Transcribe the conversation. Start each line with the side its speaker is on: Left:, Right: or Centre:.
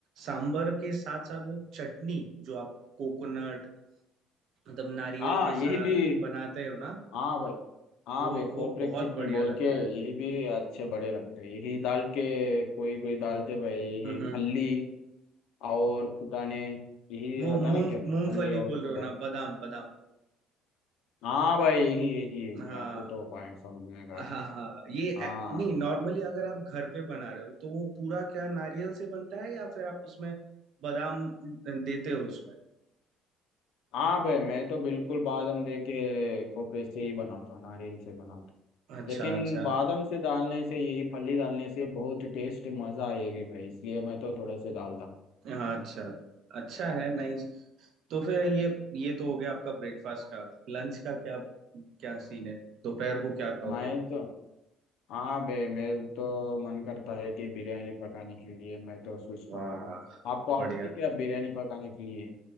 Right: सांबर के साथ साथ वो चटनी जो आप कोकोनट मतलब नारियल
Left: हाँ
Right: के साथ
Left: यही भी
Right: बनाते हो ना
Left: हाँ भाई हाँ
Right: वो
Left: भाई
Right: वो
Left: खोपरे
Right: बहुत
Left: की चटनी
Right: बढ़िया
Left: बोल
Right: लगता
Left: के यही भी अच्छे बड़े लगते हैं यही डाल के कोई कोई डालते भाई यही
Right: है
Left: फल्ली और फुटाने यही
Right: वो
Left: होता
Right: मूंग
Left: ना क्या
Right: मूंगफली
Left: फल्ली और
Right: बोल
Left: फुटाने
Right: रहे हो ना बादाम बादाम
Left: हाँ भाई यही यही यही
Right: हाँ
Left: आपको तो पॉइंट समझ में
Right: हाँ
Left: आ गए
Right: हाँ ये
Left: हाँ
Right: ए- नहीं नॉर्मली अगर आप घर पे बना रहे हो तो वो पूरा क्या नारियल से बनता है या फिर आप उसमें बादाम देते हो उसमें
Left: हाँ भाई मैं तो बिल्कुल बादाम दे के खोपरे से ही बनाता नारियल से बनाता
Right: अच्छा
Left: लेकिन
Right: अच्छा
Left: बादाम से डालने से यही फली डालने से बहुत टेस्ट मजा आएगी भाई इसलिए मैं तो थोड़ा से डालता
Right: हाँ अच्छा अच्छा है नाइस तो फिर ये ये तो हो गया आपका ब्रेकफास्ट का लंच का क्या क्या सीन है दोपहर को क्या खाओगे
Left: मैं तो हाँ बे मेरे तो मन करता है कि बिरयानी पकाने के लिए मैं तो सोचता
Right: वाह
Left: हूँ आपको आती
Right: बढ़िया
Left: है क्या बिरयानी पकाने के लिए